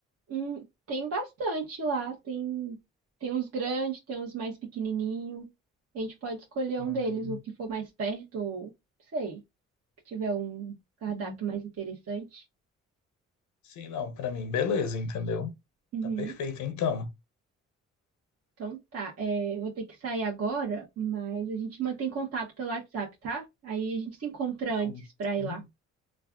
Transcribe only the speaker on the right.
Hum, tem bastante lá, tem tem uns grandes, tem uns mais pequenininhos. A gente pode escolher
um deles, o que for mais perto ou sei, que tiver um cardápio
mais interessante.
Uhum.
Então tá, é, eu vou ter que sair agora, mas a gente mantém contato pelo WhatsApp, tá? Aí a gente se encontra
antes pra ir
lá.